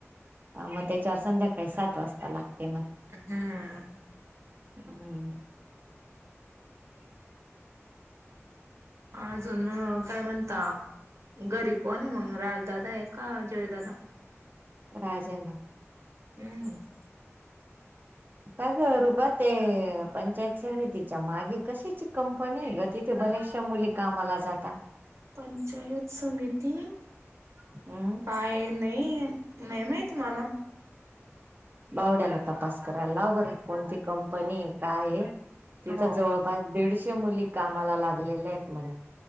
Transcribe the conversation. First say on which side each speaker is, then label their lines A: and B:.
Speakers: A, on the right (about 40°); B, on the right (about 75°).
A: ह मग त्याच्यावर संध्याकाळी सात वाजता लागते नाग.
B: हम्म.
A: हम्म. <inaudible>
B: अजून काय म्हणता घरी कोण आहे मग राजदादा आहे का जयदादा?
A: राजेना
B: हम्म. <inaudible>
A: का ग रुपा ते पंचायत समितीच्या मागे कशाची कंपनी ग? तिथे बऱ्याचशा मुली कामाला जातात
B: पंचायत समिती
A: हम्म
B: काय नाई ही नाही माहित मला
A: बावड्याला तपास करायला लाव बरं कोणती कंपनी काय तिथं
B: हो
A: जवळ पाच दीडशे मुली कामाला लागलेल्या आहेत म्हणे